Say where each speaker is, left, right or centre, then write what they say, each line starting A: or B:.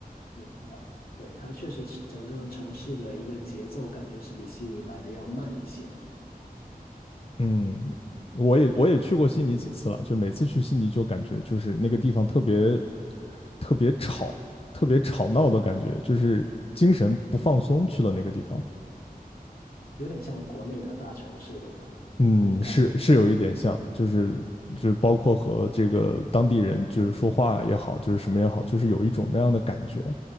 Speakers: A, on the left; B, on the left.
A: 明白，对，它确实是整个城市的一个节奏感觉是比悉尼来的要慢一些，
B: 嗯，
A: 嗯，
B: 我也我也去过悉尼几次了，
A: 对，
B: 就每次去悉尼就感觉就是那个地方特别特别吵，特别吵闹的感觉，就是精神不放松去了那个地方。
A: 有点像国内的大城市，对吗？
B: 嗯，
A: 那种感觉，
B: 是是有一点像，就是就包括和这个当地人就是说话也好，就是什么也好，就是有一种那样的感觉，